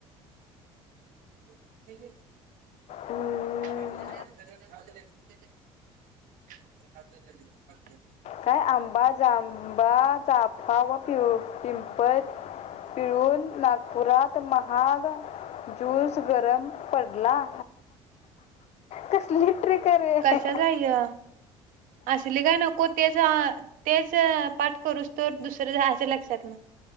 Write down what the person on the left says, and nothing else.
हम्म,
काय आंबा, जांभा, चाफा, व पिव पिंपळ पिळून नागपुरात महाग जूस गरम. पडला कसली ट्रिक. रे